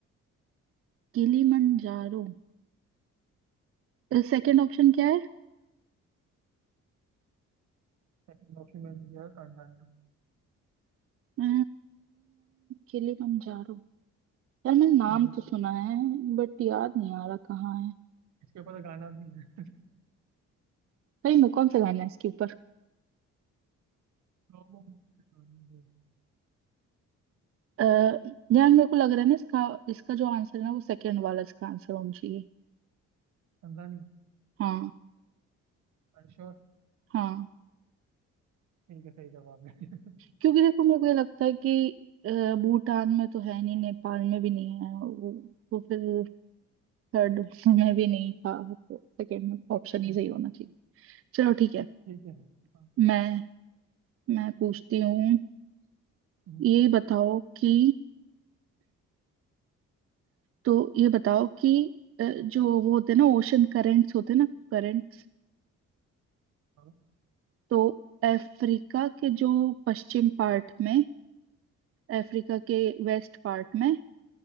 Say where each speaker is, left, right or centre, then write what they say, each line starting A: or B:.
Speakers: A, on the right (about 50°); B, on the right (about 70°).
A: किलिमंजारो सेकंड ऑप्शन क्या है
B: सेकंड ऑप्शन मैंने दिया है tanzania
A: अ, किलिमंजारो यार मैंने नाम
B: हम्म,
A: तो सुना है बट याद नहीं आ रहा कहाँ
B: इसके ऊपर तो गाना भी है <laughs>
A: भाई मेरे को कौन सा गाना है इसके ऊपर
B: तो वो मुझे
A: अः यार मेरे को लग रहा है ना इसका इसका जो आंसर है ना वो सेकंड वाला इसका आंसर होना चाहिए
B: tanzania
A: हाँ
B: अरे श्योर
A: हाँ
B: ठीक है सही जवाब है <laughs>
A: क्योंकि देखो मेरे को ये लगता है कि अ, भूटान में तो है नहीं नेपाल में भी नहीं है वो तो फिर थर्ड <laughs> में भी नहीं था तो सेकंड ऑप्शन ही
B: ठीक
A: सही
B: है
A: होना चाहिए चलो ठीक है
B: ठीक है हाँ
A: मैं मैं पूछती हूँ
B: हम्म,
A: ये बताओ कि तो ये बताओ कि अ, जो वो होते हैं ना ओशन करेंट्स होते हैं ना करेंट्स
B: हाँ
A: तो अफ्रीका के जो पश्चिम पार्ट में अफ्रीका के वेस्ट पार्ट में